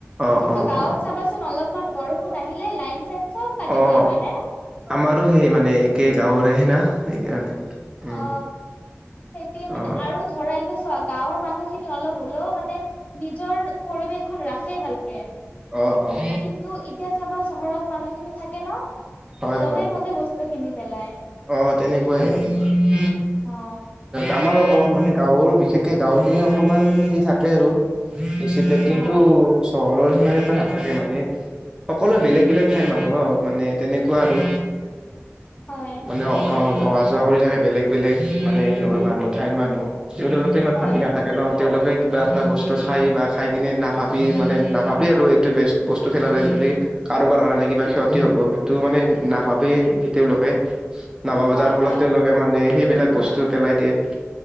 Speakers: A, on the right; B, on the left.
A: অ',
B: কিন্তু
A: অ',
B: গাঁৱত
A: অ',
B: চাবাচোন অলপ অকমান বৰষুণ আহিলে লাইন চাইন চব কাটি
A: অ',
B: দিয়ে হয় নে?
A: আমাৰো সেই মানে একে গাঁৱৰেহে না সেইকাৰণে। উম,
B: অ, সেইটোয়ে মানে
A: অ',
B: আৰু ধৰা এতিয়া চোৱা গাঁৱৰ মানুহ খিনি অলপ হ'লেও মানে নিজৰ পৰিৱেশখন ৰাখে ভালকে।
A: অ', অ', অ',
B: কিন্তু এতিয়া চাবা চহৰত মানুহ খিনি থাকে ন'
A: হয়,
B: যধে
A: হয়,
B: মধে বস্তু তো কিনি পেলাই।
A: অ, তেনেকুৱাহে।
B: অ',
A: আমাৰো অ, মানে গাঁৱৰো বিশেষকে গাঁৱৰ খিনি অকমান সেই থাকে আৰু। দিছিপ্লিন
B: অ'
A: কিন্তু চহৰৰ সিমান এটা নাথাকে মানে সকলোৱে বেলেগ -বেলেগ ঠাইৰ মানুহ ন' মানে তেনেকুৱা আৰু
B: হয়।
A: অ', অ', অহা যোৱা কৰি থাকে বেলেগ -বেলেগ মানে <unintelligible> মানুহ ঠাইৰ মানুহ তেওঁলোকেতো ইমান
B: হয়
A: ভাবি নাথাক থাকে ন'তেওঁলোকে কিবা এটা বস্তু খাই বা খাই কিনে নাভাবি মানে নাভাবে আৰু এইটো বেষ্ট। বস্তু ফেলালে যদি কাৰোবাৰ কাৰণে কিবা ক্ষতি হ'ব সেইটো মানে নাভাবেই তেওঁলোকে। নাভাবে
B: হয়
A: যাৰ ফলত
B: হয়
A: তেওঁলোকে মানে সেইবিলাক বস্তু পেলাই দিয়ে।